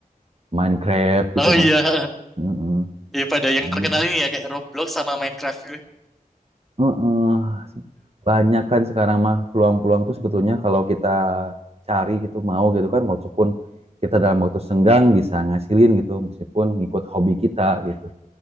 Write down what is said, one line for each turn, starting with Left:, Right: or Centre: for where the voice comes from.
Right: Minecraft gitu,
Centre: oh iya.
Right: Mas. Mm-mm,
Centre: Ya pada
Right: Kayak
Centre: yang terkenal
Right: gitu.
Centre: ini ya kayak Roblox sama Minecraft.
Right: Heeh. Banyak kan sekarang mah peluang-peluang tuh sebetulnya kalau kita cari gitu mau gitu kan walaupun kita dalam waktu senggang bisa ngasilin gitu meskipun ngikut hobi kita gitu